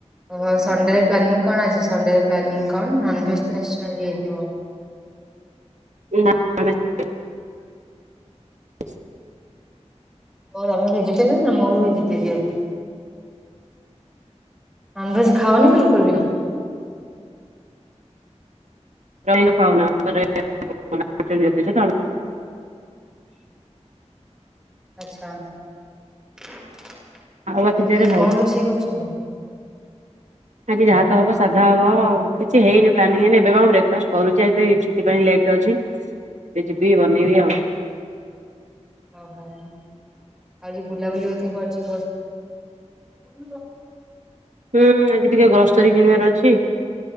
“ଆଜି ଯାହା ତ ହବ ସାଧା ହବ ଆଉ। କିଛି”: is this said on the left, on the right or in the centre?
Right